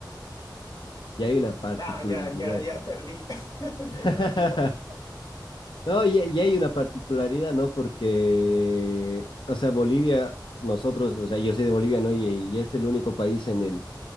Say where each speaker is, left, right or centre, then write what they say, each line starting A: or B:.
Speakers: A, on the left; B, on the left.
A: Ya hay una particularidad.
B: ya, ya, ya, ya perdí. <laughs>
A: <laughs>
B: Se me olvidó.
A: No, y, y hay una particularidad, ¿no? Porque, o sea, Bolivia, nosotros, o sea, yo soy de Bolivia, ¿no? Y, y es el único país en el,